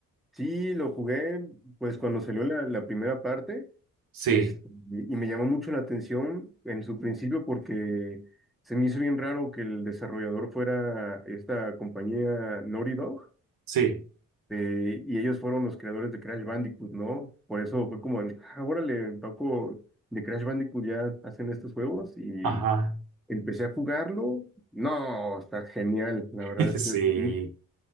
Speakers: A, in the centre; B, on the right.
A: Sí, lo jugué pues cuando salió la, la primera parte
B: Sí,
A: es, y me llamó mucho la atención en su principio porque se me hizo bien raro que el desarrollador fuera esta compañía Naughty Dog
B: sí,
A: eh, y ellos fueron los creadores de Crash Bandicoot, ¿no? Por eso fue como, el, ah, órale, Paco, de Crash Bandicoot ya hacen estos juegos y
B: ajá,
A: empecé a jugarlo. No, está genial, la
B: <laughs>
A: verdad es
B: sí.
A: que es buenísimo.